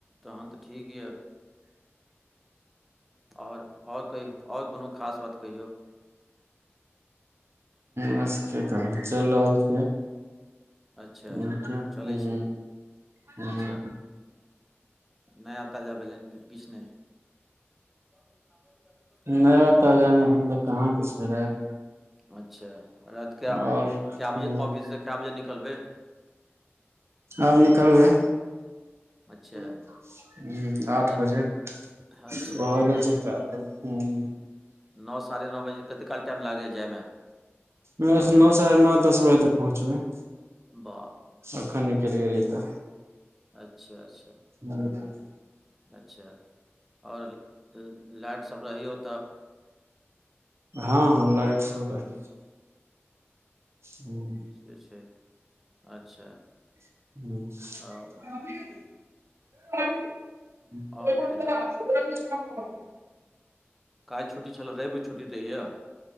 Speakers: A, in the centre; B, on the right.
A: तहन तै ठीक यै और और कहियौ और कुनू खास बात कहियौ।
B: बस कही तै चैल रहल छै।
A: अच्छा
B: नै तै
A: चलै
B: हुं-हुं।
A: छै अच्छा नया ताजा भेलैन की किछ नै। <unintelligible>
B: नया-ताजा मे अखन तऽ कहाँ किछो रहै।
A: अच्छा राएत के
B: आओर
A: काए बजे
B: हूँ
A: ऑफिस से काए बजे निकलबै।
B: आब निकलबै।
A: अच्छा
B: हुं आठ
A: तऽ
B: बजे भऽ
A: अच्छा तहन
B: गेल छै टाइम। हूँ।
A: नौ साढ़े नौ बजे कते काल टाइम लागैया जाय मे।
B: बस नौ साढ़े नौ दस बजे तक पहुँचबै।
A: बाप
B: अखन निकल गेली तऽ।
A: अच्छा-अच्छा।
B: <unintelligible>
A: अच्छा और ल लाइट सब रहैया ओता।
B: हां-हां लाइट सब रहै छै, हुं।
A: जे छै अच्छा।
B: <unintelligible>
A: आओर
B: <unintelligible>
A: आओर कहियौ काएल छुट्टी छलौ, रैब के छुट्टी दै या।